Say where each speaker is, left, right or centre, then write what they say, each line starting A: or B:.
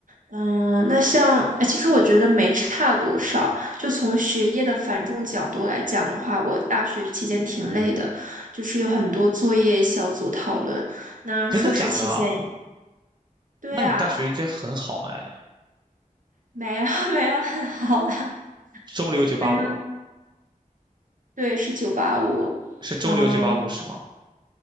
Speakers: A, on the right; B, on the right.
A: 嗯，那像，哎，其实我觉得没差多少。就从学业的繁重角度来讲的话，我大学期间挺累的，就是有很多作业、小组讨论。那硕士期间，
B: 真的假的啊？
A: 对啊，
B: 那你大学应该很好哎，
A: 没有 <laughs> 没有很好啦，
B: 中流九八五
A: 没有，对，是九八五。
B: 是中流九八五是吗？
A: 嗯，